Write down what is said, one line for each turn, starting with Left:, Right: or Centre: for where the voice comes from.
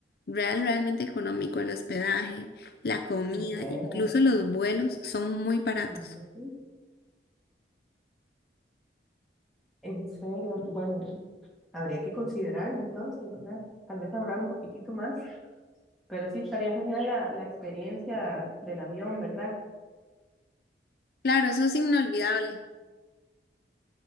Left: real, realmente económico, el hospedaje, la comida,
Centre: En serio,
Left: incluso los vuelos son muy baratos.
Centre: ujú, En serio, bueno, habría que considerarlo entonces, ¿verdad? Tal vez ahorrar un poquitito más, pero sí estaría genial la, la experiencia del avión, ¿verdad?
Left: Claro, eso es inolvidable.